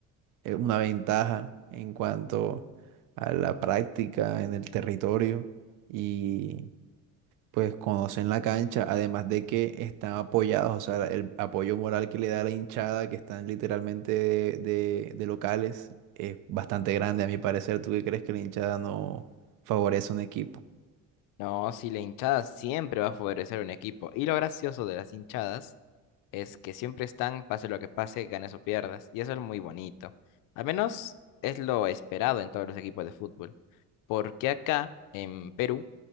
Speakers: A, on the right; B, on the left.
A: eh, una ventaja en cuanto a la práctica en el territorio y pues conocen la cancha, además de que están apoyados, o sea, el apoyo moral que le da la hinchada, que están literalmente de, de- de locales, es bastante grande a mi parecer. ¿Tú qué crees que la hinchada no favorece a un equipo?
B: No, si la hinchada siempre va a favorecer un equipo. Y lo gracioso de las hinchadas es que siempre están, pase lo que pase, ganes o pierdas. Y eso es muy bonito. Al menos es lo esperado en todos los equipos de fútbol. Porque acá, en Perú,